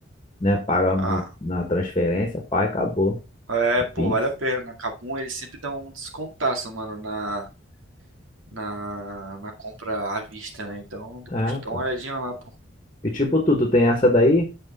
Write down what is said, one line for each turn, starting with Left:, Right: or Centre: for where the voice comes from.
Left: né? Paga
Right: Ah,
Left: no- na transferência, pá, e acabou.
Right: é,
Left: No
Right: pô,
Left: Pix.
Right: vale a pena. Na Kabum eles sempre dão um descontaço, mano, na, na, na compra à vista, né? Então depois
Left: É,
Right: tu dá
Left: pô.
Right: uma olhadinha lá, pô.
Left: E tipo, tu, tu tem essa daí,